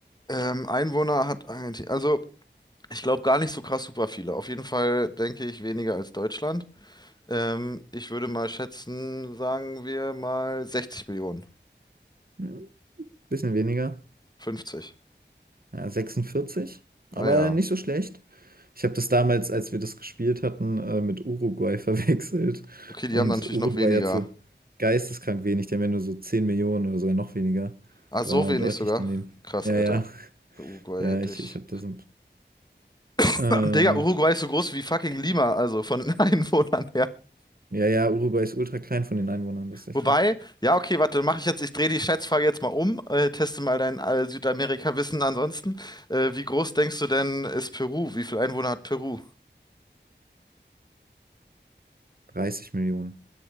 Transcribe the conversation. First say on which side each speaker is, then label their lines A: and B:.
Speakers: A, on the left (about 20°); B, on the right (about 50°).
A: Ähm, Einwohner hat Argentinien. Also, ich glaube gar nicht so krass super viele. Auf jeden Fall denke ich weniger als Deutschland. Ähm, ich würde mal schätzen, sagen wir mal 60 Millionen.
B: Hm, bisschen weniger.
A: 50.
B: ja, 46,
A: Ah
B: aber
A: ja.
B: nicht so schlecht. Ich habe das damals, als wir das gespielt hatten, äh, mit Uruguay <laughs> verwechselt.
A: Okay, die
B: Und
A: haben dann natürlich
B: Uruguay
A: noch weniger.
B: hat so geisteskrank wenig, die haben ja nur so 10 Millionen oder sogar noch weniger.
A: Ah,
B: War
A: so wenig
B: deutlich
A: sogar.
B: daneben.
A: Krass,
B: Ja,
A: Alter.
B: ja,
A: Bei Uruguay
B: ja,
A: hätte
B: ich,
A: ich.
B: ich habe das.
A: <laughs>
B: Ähm,
A: Digga, Uruguay ist so groß wie fucking Lima, also von den <laughs> Einwohnern her.
B: ja, ja, Uruguay ist ultra klein von den Einwohnern, das ist echt
A: Wobei,
B: krass.
A: ja, okay, warte, mache ich jetzt, ich drehe die Schätzfrage jetzt mal um, äh, teste mal dein äh, Südamerika-Wissen ansonsten. Äh, wie groß denkst du denn ist Peru? Wie viele Einwohner hat Peru?
B: 30 Millionen.